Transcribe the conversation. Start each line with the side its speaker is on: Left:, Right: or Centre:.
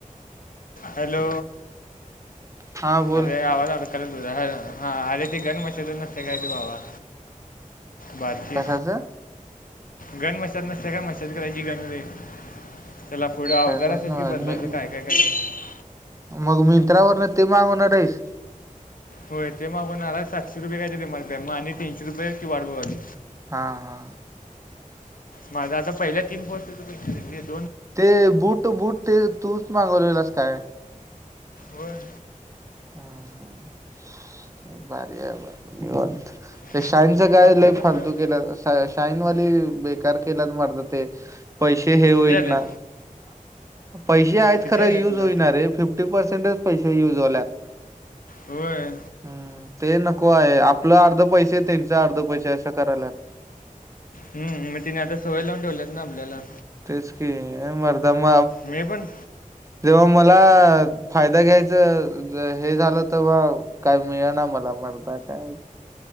Left: हॅलो
Right: हा बोल
Left: अरे! आवाज अडकलाय तुझा. हा अरे! ती गन मशाज नसते काय ते भावा बाकी?
Right: कशाचं
Left: गन मसाज नसते का मसाज करायची गन नाही त्याला पुढं अवजार
Right: काय माहित
Left: असेल
Right: नाही
Left: की बदलायचं काय काय काही नाही.
Right: मग मिंत्रावर न ते मागवणार आहेस.
Left: होय ते मागुन आलाय सातशे रुपये काही तरी म्हणताय मग आणि तीनशे रुपये की वाट बघावी.
Right: हा हा
Left: माझा आता पहिल्या तीन गोष्टट हो त प
Right: ते बुट- बुट ते तुच मागवलेलास काय?
Left: वर
Right: हम् ह भारी निवांत.
Left: हं,
Right: ते शाईनच
Left: ते
Right: काय
Left: बोटला
Right: ल
Left: कसं
Right: फालतु केला शाईन वाली बेकार केलात मारतात. ते पैसे हे होईत
Left: किती आलेत
Right: ना पैसे आहेत
Left: किती
Right: खरं
Left: आले
Right: युज
Left: तुला
Right: होईणारे फिफ्टी पर्सेंटच पैसे युज होल्यात.
Left: होय
Right: हम्म ते नको आहे आपलं अर्ध पैसे त्यांच अर्ध पैसे असं करायल्यात
Left: हम्म मी तिने आता सवई लावून ठेवल्यात ना आपल्याला
Right: तेच की मरदा म
Left: मी पण
Right: जव मला फायदा घ्यायच हे झालं. तर काय मिळना मला पण काय?